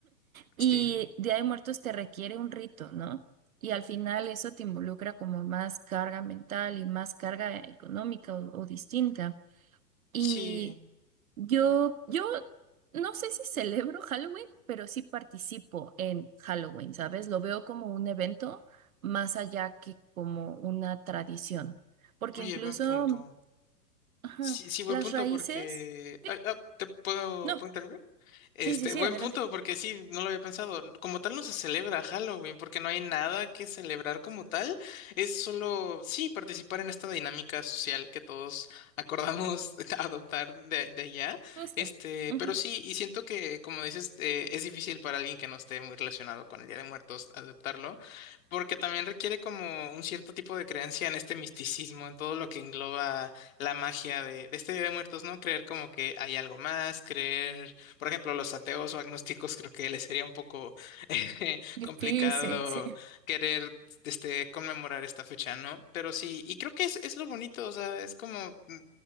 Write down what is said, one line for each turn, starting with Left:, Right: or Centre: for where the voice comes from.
Right: Y
Left: Sí,
Right: Día de Muertos te requiere un rito, ¿no? Y al final eso te involucra como más carga mental y más carga económica o, o distinta. Y
Left: sí.
Right: yo, yo no sé si celebro Halloween, pero sí participo en Halloween, ¿sabes? Lo veo como un evento más allá que como una tradición. Porque
Left: Oye,
Right: incluso,
Left: buen punto.
Right: ajá,
Left: Sí, sí, buen
Right: las
Left: punto
Right: raíces...
Left: porque...
Right: Sí,
Left: Ay, ah, ¿te puedo,
Right: no.
Left: puedo interrumpir? Este,
Right: Sí, sí, sí,
Left: buen
Right: adelante.
Left: punto, porque sí, no lo había pensado. Como tal no se celebra Halloween, porque no hay nada que celebrar como tal. Es solo, sí, participar en esta dinámica social que todos acordamos <laughs> adoptar de, de allá.
Right: Gusta.
Left: Este,
Right: Ujú.
Left: pero sí, y siento que, como dices, eh, es difícil para alguien que no esté muy relacionado con el Día de Muertos adoptarlo, porque también requiere como un cierto tipo de creencia en este misticismo, en todo lo que engloba la magia de, de este Día de Muertos, ¿no? Creer como que hay algo más, creer por ejemplo, los ateos o agnósticos, creo que les sería un poco <laughs> eh,
Right: Difícil,
Left: complicado
Right: sí. sí, sí.
Left: querer este, conmemorar esta fecha, ¿no? Pero sí, y creo que es, es lo bonito, o sea, es como mm,